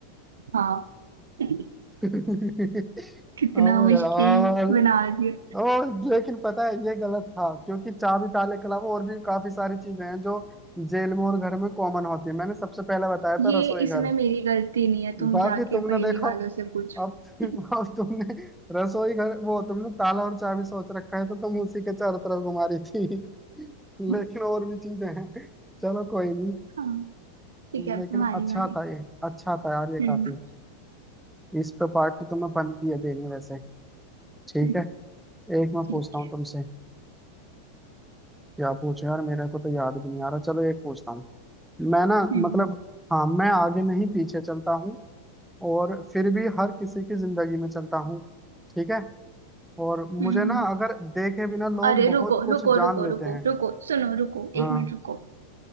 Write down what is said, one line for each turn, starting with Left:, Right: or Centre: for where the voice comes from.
Right: हाँ <laughs>
Centre: <laughs>
Right: कितना
Centre: अबे
Right: मुश्किल
Centre: यार
Right: बना दिया
Centre: ओ लेकिन पता है ये गलत था क्योंकि चाबी ताले के अलावा और भी काफी सारी चीजें हैं जो जेल में और घर में कॉमन होती है मैंने सबसे पहले बताया
Right: ये
Centre: था रसोई
Right: इसमें
Centre: घर
Right: मेरी गलती नहीं है तुम
Centre: बाकी
Right: जाके
Centre: तुमने
Right: पहेली
Centre: देखो
Right: वालों से पूछो
Centre: अब अब तुमने रसोई घर वो तुमने ताला और चाबी सोच रखा है तो तुम उसी के चारों तरफ घुमा रही थी लेकिन
Right: <laughs>
Centre: और भी चीजें हैं चलो कोई नहीं
Right: हाँ ठीक है
Centre: लेकिन
Right: अब तुम्हारी
Centre: अच्छा
Right: बारी
Centre: था ये अच्छा था यार ये काफी
Right: हम्म
Centre: इस पे पार्टी तुम्हें बनती है देनी वैसे ठीक
Right: <laughs>
Centre: है एक मैं
Right: ठीक
Centre: पूछता हूँ
Right: है
Centre: तुमसे क्या पूछो यार मेरे को तो याद भी नहीं आ रहा चलो एक पूछता हूँ मैं ना
Right: हम्म
Centre: मतलब हाँ मैं आगे नहीं पीछे चलता हूँ और फिर भी हर किसी की जिंदगी में चलता हूँ ठीक है और मुझे
Right: हम्म हम्म।
Centre: ना अगर देखे बिना लोग
Right: अरे
Centre: बहुत
Right: रुको
Centre: कुछ
Right: रुको
Centre: जान
Right: रुको
Centre: लेते
Right: रुको
Centre: हैं
Right: रुको सुनो रुको
Centre: हाँ
Right: एक मिनट रुको